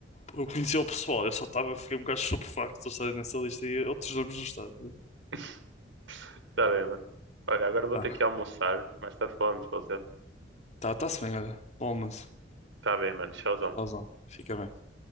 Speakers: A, on the left (about 40°); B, on the right (about 85°).
A: eu conheci o pessoal, eu só estava, fiquei um bocado estupefacto de estar nessa lista e outros nomes não estavam.
B: <laughs> Tá bem, mano. Olha, agora vou
A: Tá,
B: ter que almoçar. mas tarde falamos, para você.
A: tá, tá-se bem, olha. Bom, mas,
B: Tá bem, mano. Tchauzão.
A: tchauzão, fica bem.